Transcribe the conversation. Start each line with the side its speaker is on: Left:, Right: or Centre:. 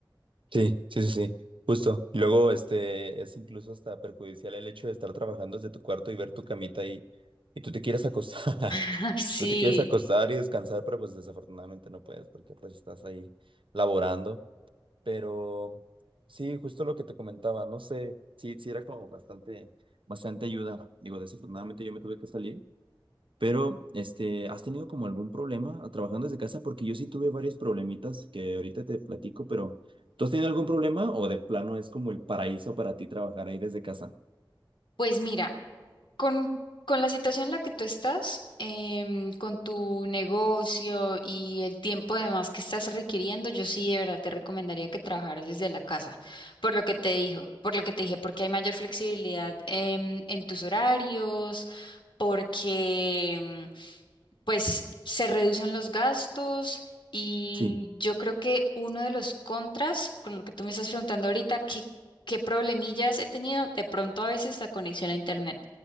Right: Sí, sí, sí, sí, justo. Y luego, este, es incluso hasta perjudicial el hecho de estar trabajando desde tu cuarto y ver tu camita y, y tú te quieres acostar, <laughs>
Left: <laughs>
Right: tú te quieres acostar
Left: Sí,
Right: y descansar, pero pues desafortunadamente no puedes porque pues estás ahí laborando. Pero sí, justo lo que te comentaba, no sé, sí, sí era como bastante, bastante ayuda. Digo, desafortunadamente yo me tuve que salir, pero, este, ¿has tenido como algún problema a- trabajando desde casa? Porque yo sí tuve varios problemitas que ahorita te platico, pero ¿tú has tenido algún problema o de plano es como el paraíso para ti trabajar ahí desde casa?
Left: pues mira, con, con la situación en la que tú estás, em, con tu negocio y el tiempo además que estás requiriendo, yo sí de verdad te recomendaría que trabajaras desde la casa, por lo que te dijo, por lo que te dije, porque hay mayor flexibilidad em, en tus horarios, porque em, pues se reducen los gastos y
Right: Sí,
Left: yo creo que uno de los contras, con lo que tú me estás preguntando ahorita, ¿qué, qué problemillas he tenido? De pronto a veces la conexión a internet,